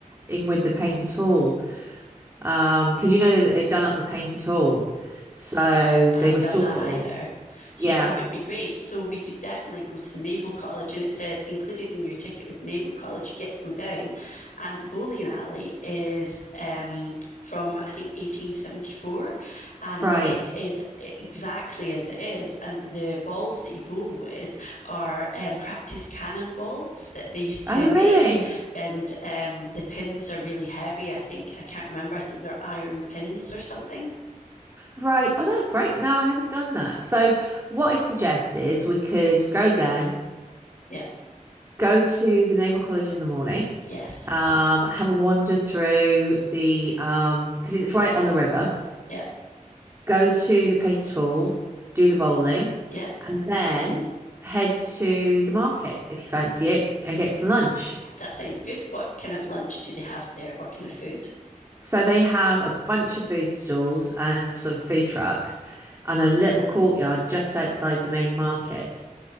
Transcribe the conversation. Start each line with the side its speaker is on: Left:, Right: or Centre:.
Right: in with the painted hall. Um, because you know that they've done up the painted hall. So
Left: I
Right: they
Left: haven't
Right: restored
Left: done that
Right: it
Left: either.
Right: all.
Left: So
Right: Yeah,
Left: that would be great. So we could definitely go to the Naval College. And it said included in your ticket with the Naval College, you get to go down. And the bowling alley is um, from, I think, 1874. And
Right: right.
Left: it is exactly as it is. And the balls that you bowl with are um, practice cannon balls that they used to
Right: Oh,
Left: make.
Right: really?
Left: And um, the pins are really heavy. I think, I can't remember. I think they're iron pins or something.
Right: Right. Oh, that's great. No, I haven't done that. So what I'd suggest is we could go down,
Left: Yeah.
Right: go to the Naval College in the morning,
Left: Yes.
Right: um, have a wander through the um, because it's right on the river.
Left: Yeah.
Right: Go to the painted hall, do the bowling,
Left: Yep,
Right: and then head to the market if you fancy it and get some lunch.
Left: that sounds good. What kind of lunch do they have there? What kind of food?
Right: So they have a bunch of food stalls and sort of food trucks and a little courtyard just outside the main market.